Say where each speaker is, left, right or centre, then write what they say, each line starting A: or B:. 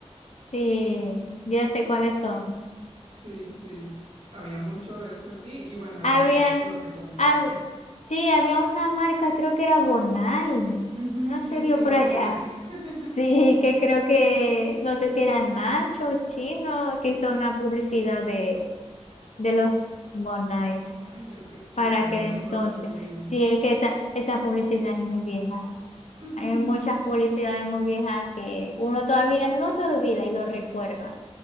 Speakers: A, on the left; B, on the right.
A: Sí, ya sé cuáles son.
B: sí, sí, había mucho de eso aquí y bueno, era
A: Había,
B: lo que, lo que compramos.
A: hab- sí, había una marca, creo que era Bonai.
B: Ujú,
A: No
B: sí,
A: se vio
B: sí,
A: por
B: los
A: allá.
B: Van Ice. <laughs>
A: Sí, que creo que, no sé si era Nacho, Chino, que hizo una publicidad de, de los Bonai
B: Ay, creo que sí,
A: para
B: pero
A: aquel
B: no
A: entonces.
B: recuerdo muy bien.
A: Sí, es que esa, esa publicidad es muy vieja.
B: <laughs>
A: Hay muchas publicidades muy viejas que uno todavía no se olvida y lo recuerda.